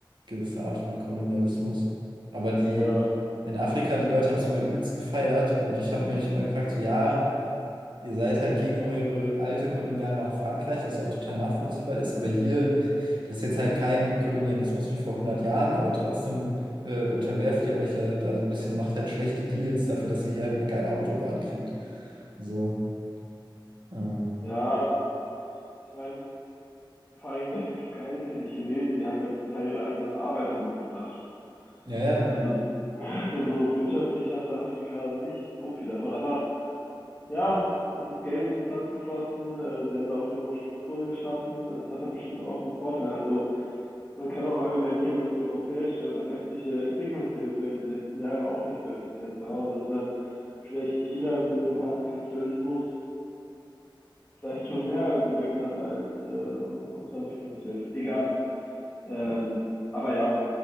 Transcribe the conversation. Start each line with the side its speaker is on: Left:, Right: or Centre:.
Right: gewisse Art von Kolonialismus. Aber die
Left: ja,
Right: in Afrika, die Leute haben es immer übelst gefeiert und ich habe mich immer gefragt, so ja, Ihr seid halt gegen eure alte Kolonialmacht Frankreich, was auch total nachvollziehbar ist, aber hier, <laughs> das ist jetzt halt kein Kolonialismus wie vor 100 Jahren, aber trotzdem äh, unterwerft ihr euch ja da so ein bisschen, macht halt schlechte Deals dafür, dass ihr hier halt eine geile Autobahn kriegt. So, ähm,
Left: ja, ich meine, vor allem <laughs> das Geile ist ja, die Chinesen, die haben ja zum Teil ihre eigenen Arbeiter mitgebracht.
Right: ja, ja,
Left: Also <laughs> so wirtschaftlich hatte Afrika dann nicht so viel davon. Aber Ja, es ist Geld ins Land geflossen. Äh, sie haben da auch irgendwo Strukturen geschaffen. Es hat doch bestimmt auch einen Vorteil. Also man kann auch argumentieren, dass die europäische oder westliche Entwicklungshilfe in den letzten Jahren auch nicht so effizient war und dass da vielleicht China mit ihrem harten Kapitalismus vielleicht schon mehr bewirkt hat als äh, unsere Entwicklungshilfe. Egal. Ähm, aber ja,